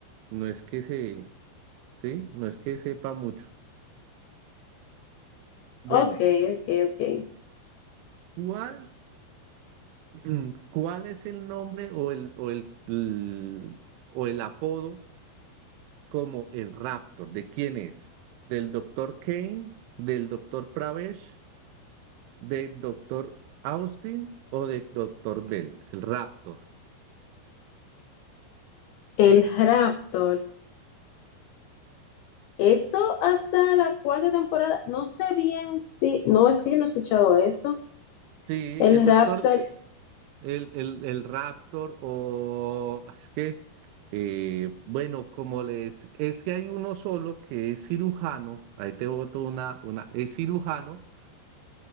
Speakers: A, on the right; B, on the left.
A: no es que se, sí, no es que sepa mucho. Bueno,
B: Ok, ok, ok.
A: ¿Cuál, <clears throat> cuál es el nombre o el, o el, l- o el apodo como el Raptor? ¿De quién es? ¿Del doctor Kane? ¿Del doctor Pravesh? ¿Del doctor Austin o del doctor Bell? El Raptor.
B: El rapto, Eso hasta la cuarta temporada, no sé bien si, no, es que yo no he escuchado eso.
A: Sí,
B: El
A: el doctor,
B: Raptor,
A: el, el, el Raptor o es que, eh, bueno, como les, es que hay uno solo que es cirujano, ahí te boto una, una, es cirujano